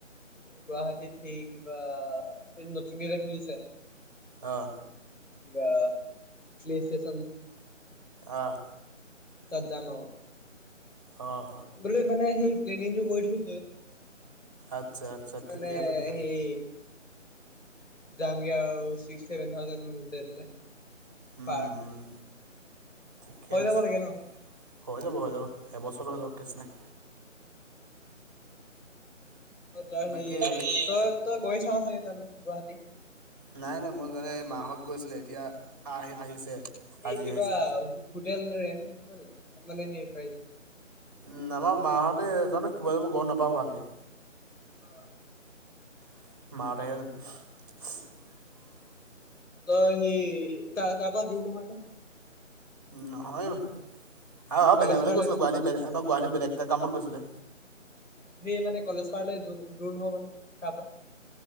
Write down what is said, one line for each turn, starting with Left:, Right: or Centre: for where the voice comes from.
Left: গুৱাহাটীত সেই কিবা সেই নতুনকেইটা খুলিছে,।
Right: আহ,।
Left: কিবা <inaudible> ষ্টেচন'।
Right: আহ,।
Left: তাত জান'।
Right: অ,।
Left: বোলে মানে সেই প্লেনিংটো কৰি থৈছো'।
Right: আচ্ছা আচ্ছা
Left: মানে
Right: ঠিকে আছে তেতিয়া
Left: সেই,। যামগে আৰু ছিক্স চছেভেন থাজেড মানো বোলে'।
Right: উম
Left: পাৰ
Right: উম ঠিকে
Left: হৈ
Right: আছে
Left: যাব লাগে ন
Right: হৈ যাব হৈ যাব এবছৰ হৈ যাব কেচ নাই'।
Left: অ 'তাৰ
Right: বাকী
Left: হে
Right: সেই
Left: তই, তই গৈ থা চাগে তে। গুৱাহাটী
Right: নাই নাই মই জানে মাহত গৈছিলে এতিয়া আহ আহিছে আজি
Left: এই কিবা
Right: আহিছে
Left: হোটেল ৰে'। আল নে সেই প্ৰাই,।
Right: উম আমাৰ মাহঁতে জানো কিবা যই গম নাপাওঁ ভালকে,।
Left: অ',।
Right: মাৰতেয়ান।
Left: তই সেই তা তাক ক' দূৰ নহয় নে।
Right: নহয়। অহ, অহ,
Left: কলেজ
Right: বেলেগলৈ
Left: পাৰলে
Right: গৈছিলোঁ গুৱাহাটী বে গুৱাহাটী বেলেগ এটা কামত গৈছিলে।
Left: সেই মানে কলেজ পাৰলৈ দূ-দূৰ নহ'ব মানে তাৰপা।